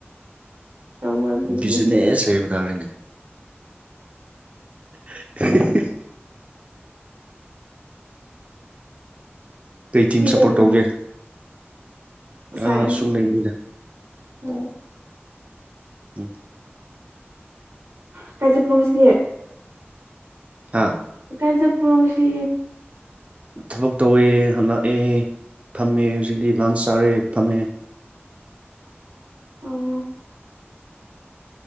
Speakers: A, on the right; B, on the right.
A: ꯇꯧꯕ ꯕꯤꯖꯤꯅꯦꯁꯇ
B: ꯕꯤꯖꯤꯅꯦꯁ ꯍꯥꯏꯕ ꯇꯥꯔꯦꯅꯦ ꯎ ꯀꯩ ꯇꯤꯝ
A: ꯁꯤꯗꯕ
B: ꯁꯞꯄꯣꯔꯠ ꯇꯧꯒꯦ
A: ꯁꯥꯏ
B: ꯑꯥ ꯁꯨꯝ ꯂꯩꯕꯅꯤꯗ
A: ꯎꯝ
B: ꯎꯝ
A: <unintelligible>
B: ꯍꯥꯥ
A: ꯀꯥꯏꯖꯄꯣꯡꯁꯤ
B: ꯊꯕꯛ ꯇꯧꯋꯦ ꯍꯂꯛꯑꯦ ꯐꯝꯃꯦ ꯍꯧꯖꯤꯛꯇꯤ ꯂꯥꯟꯁ ꯆꯥꯔꯦ ꯐꯝꯃꯦ
A: ꯑꯣ